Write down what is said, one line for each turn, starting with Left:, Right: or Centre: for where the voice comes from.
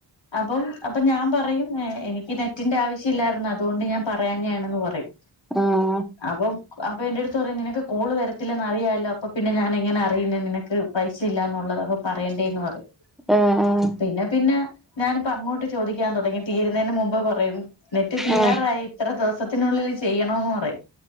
Left: അപ്പം അപ്പഞാൻപറയും എ എനിക്ക്നെറ്റിന്റെ ആവശ്യംഇല്ലായിർന്നു അതുകൊണ്ട് ഞാൻപറയാഞ്ഞെണെന്ന് പറയും.
Centre: അ.
Left: അപ്പോ അപ്പോ ന്റെട്ത്ത്പറിം നിനക്ക്കോള് വരത്തില്ലന്ന്അറിയാലോ, അപ്പോ അപ്പോപിന്നെഞാനെങ്ങനെ അറിയണെനിനക്ക്. പൈസഇല്ലന്നുള്ളത് അപ്പോ പറയേണ്ടേന്ന്പറയും.
Centre: A A.
Left: പിന്നെ പിന്നെ ഞാനിപ്പഅങ്ങോട്ട് ചോദിക്കാൻതുടങ്ങി. തീരുന്നതിന് മുമ്പ്പറയും നെറ്റ്തീരാറായി.
Centre: ആഹ്
Left: എത്ര ദിവസത്തിനുള്ളിൽ ചെയ്യണൊപറയും.